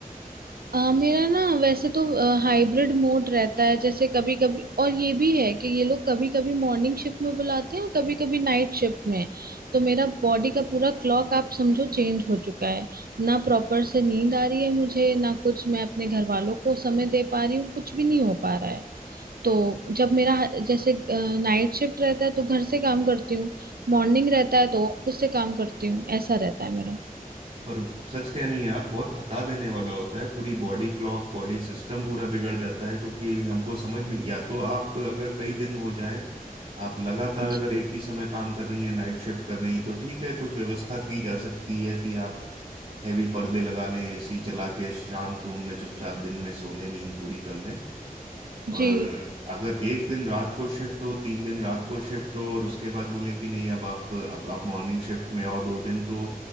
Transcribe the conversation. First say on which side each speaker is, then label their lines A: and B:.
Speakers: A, on the right (about 80°); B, on the right (about 50°).
A: आ, मेरा ना वैसे तो हाइब्रिड मोड रहता है जैसे कभी कभी और ये भी है कि ये लोग कभी कभी मॉर्निंग शिफ्ट में बुलाते हैं और कभी कभी नाइट शिफ्ट में तो मेरा बॉडी का पूरा क्लॉक आप समझो चेंज हो चुका है ना प्रॉपर से नींद आ रही है मुझे ना कुछ मैं अपने घर वालों को समय दे पा रही हूँ कुछ भी नहीं हो पा रहा है तो जब मेरा जैसे नाइट शिफ्ट रहता है तो घर से काम करती हूँ मॉर्निंग रहता है तो ऑफिस से काम करती हूँ ऐसा रहता है मेरा
B: पर सच कह नहीं है आप बहुत थका देने वाला होता है पूरी बॉडी क्लॉक बॉडी सिस्टम पूरा बिगड़ जाता है क्योंकि हमको समझ में नहीं या तो आप अगर कई दिन हो जाए आप लगातार अगर
A: जी
B: एक ही समय काम कर रही हैं नाइट शिफ्ट कर रही हैं तो ठीक है कुछ व्यवस्था की जा सकती है कि आप हैवी पर्दे लगा लें एसी चला के शांत रूम में चुपचाप दिन में सो लें नींद पूरी कर लें पर
A: जी
B: अगर एक दिन रात को शिफ्ट हो तीन दिन रात को शिफ्ट हो और उसके बाद बोले कि नहीं अब आप अब आप मॉर्निंग शिफ्ट में आओ दो दिन तो